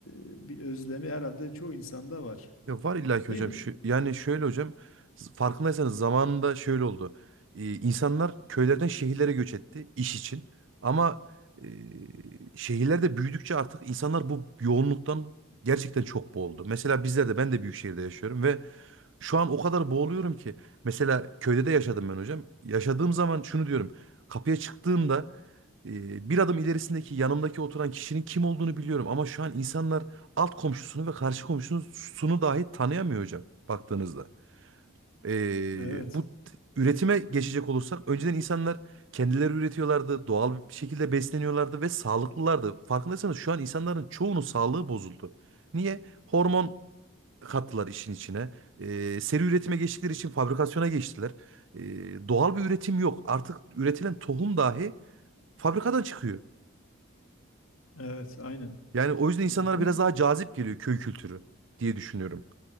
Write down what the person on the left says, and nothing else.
e, bir özlemi herhalde çoğu insanda var.
Değil mi?
Evet.
Evet, aynen.
Bunu